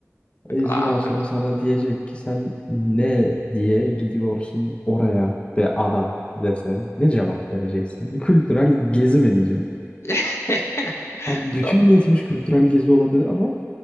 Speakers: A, on the left (about 20°); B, on the left (about 55°).
A: Ezgi
B: Abi.
A: daha sonra sana diyecek ki sen ne diye gidiyorsun oraya be adam dese ne cevap vereceksin? Kültürel gezi mi diyeceğim?
B: <laughs>
A: Bak bütün
B: Do-
A: niyetimiz kültürel gezi olabilir ama